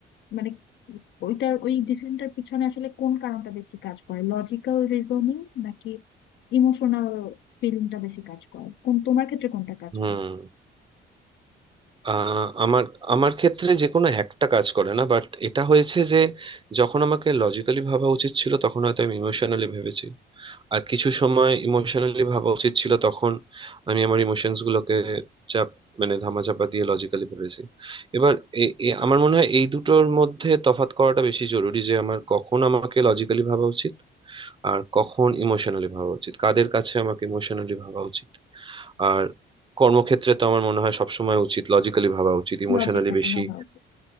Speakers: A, on the left; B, on the right.
A: মানে ওইটার ওই ডিসিশনটার পিছনে আসলে কোন কারণটা বেশি কাজ করে লজিক্যাল রিজনিং নাকি ইমোশনাল ফিলিংটা বেশি কাজ করে কোন তোমার ক্ষেত্রে কোনটা কাজ
B: হুম
A: করে
B: আহ, আমার আমার ক্ষেত্রে যে কোনো একটা কাজ করে না বাট এটা হয়েছে যে যখন আমাকে লজিক্যালি ভাবা উচিত ছিল তখন হয়তো আমি ইমোশনালি ভেবেছি আর কিছু সময় ইমোশনালি ভাবা উচিত ছিল তখন আমি আমার ইমোশনস গুলোকে চাপ মানে ধামাচাপা দিয়ে লজিক্যালি ভেবেছি এবার এ- এ- আমার মনে হয় এই দুটোর মধ্যে তফাৎ করাটা বেশি জরুরি যে আমার কখন আমাকে লজিক্যালি ভাবা উচিত আর কখন ইমোশনালি ভাবা উচিত কাদের কাছে আমাকে ইমোশনালি ভাবা উচিত আর কর্মক্ষেত্রে তো আমার মনে হয় সবসময় উচিত লজিক্যালি ভাবা উচিত ইমোশনালি
A: লজিক্যালি
B: বেশি
A: ভাবা উচিত